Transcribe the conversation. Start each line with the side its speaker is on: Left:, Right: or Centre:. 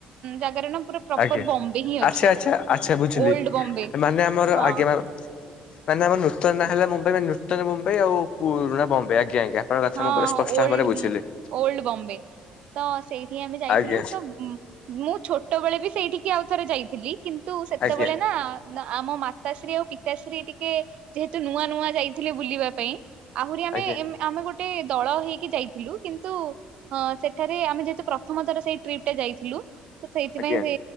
Right: ଜାଗାରେ ନା ପୁରା ପ୍ରପର
Left: ଆଜ୍ଞା
Right: ବମ୍ବେ ହିଁ ଅଛି
Left: ଆଚ୍ଛା ଆଚ୍ଛା ଆଚ୍ଛା ବୁଝିଲି
Right: ଓଲ୍ଡ ବମ୍ବେ।
Left: ମାନେ ଆମର
Right: ହଁ
Left: ଆଗେମ ମାନେ ଆମର ନୂତନ ନାଁ ହେଲା ମୁମ୍ବାଇ ମ ନୂତନ ମୁମ୍ବାଇ ଆଉ ପୁରୁଣା ବମ୍ବେ ଆଜ୍ଞା ଆଜ୍ଞା। କଥା
Right: ହଁ
Left: ମୁଁ ପୁରା
Right: ହଁ
Left: ସ୍ପଷ୍ଟ
Right: ଓଲ୍ଡ
Left: ଭାବରେ ବୁଝିଲି।
Right: ଓଲ୍ଡ ବମ୍ବେ ତ ସେଇଠି ଆମେ ଯାଇଥିଲୁ
Left: ଆଜ୍ଞା
Right: ତ ମୁଁ ଛୋଟବେଳେ ବି ସେଇଠିକି ଆଉ ଥରେ ଯାଇଥିଲି କିନ୍ତୁ ସେତେବେଳେ
Left: ଆଜ୍ଞା
Right: ନା ନା ଆମ ମାତାଶ୍ରୀ ଆଉ ପିତାଶ୍ରୀ ଟିକେ ଯେହେତୁ ନୂଆ ନୂଆ ଯାଇଥିଲେ ବୁଲିବା ପାଇଁ। ଆହୁରି ଆମେ
Left: ଆଜ୍ଞା
Right: ଆମେ ଗୋଟେ ଦଳ ହେଇକି ଯାଇଥିଲୁ କିନ୍ତୁ ହଁ ସେଠାରେ ଆମେ ଯେହେତୁ ପ୍ରଥମ ଥର ସେଇ ଟ୍ରିପ ଟା ଯାଇଥିଲୁ ତ ସେଇଥିପାଇଁ
Left: ଆଜ୍ଞା
Right: ସେ